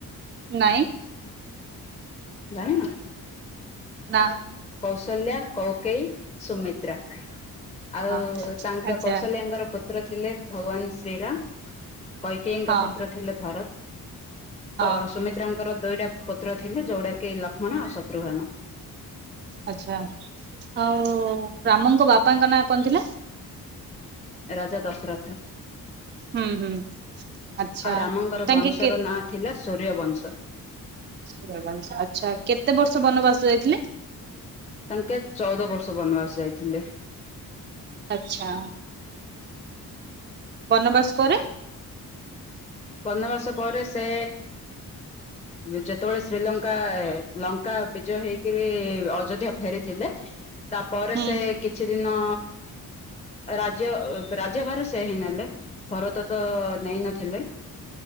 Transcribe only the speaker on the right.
ନାଇଁ।
ନା।
ହଁ
ଆଚ୍ଛା
ହଁ
ହଁ
ଆଚ୍ଛା ଆଉ ରାମଙ୍କ ବାପାଙ୍କ ନାଁ କଣ ଥିଲା?
ହୁଁ ହୁଁ ଆଚ୍ଛା
ତାଙ୍କେ
କେ
<unintelligible> ଆଚ୍ଛା କେତେ ବର୍ଷ ବନବାସ ଯାଇଥିଲେ?
ଆଚ୍ଛା। ବନବାସ ପରେ?
ହୁଁ